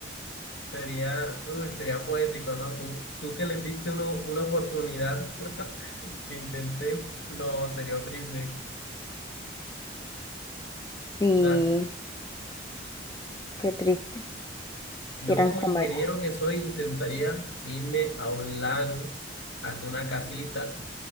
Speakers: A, on the left (about 70°); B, on the left (about 20°).
A: Sería, uy, sería poético, ¿no? Tú, tú que les diste uno- una oportunidad <laughs> que intenté, no, sería horrible.
B: Sí,
A: O sea,
B: qué triste.
A: yo
B: Quieran
A: como
B: comer.
A: ingeniero que soy, intentaría irme a un lago, hacer una casita.